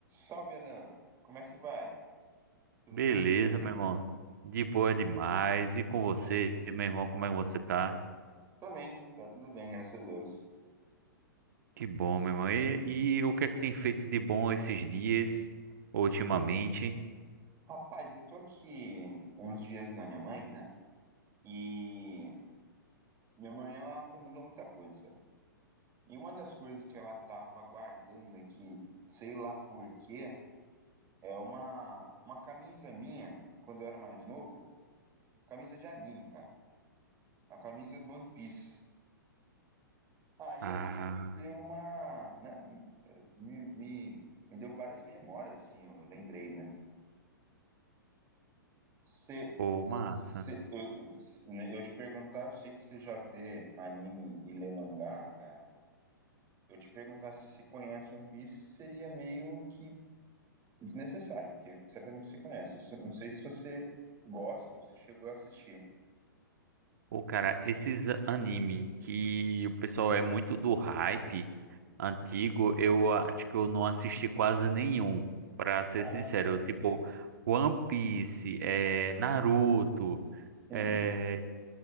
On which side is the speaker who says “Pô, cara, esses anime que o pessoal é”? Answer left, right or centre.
Right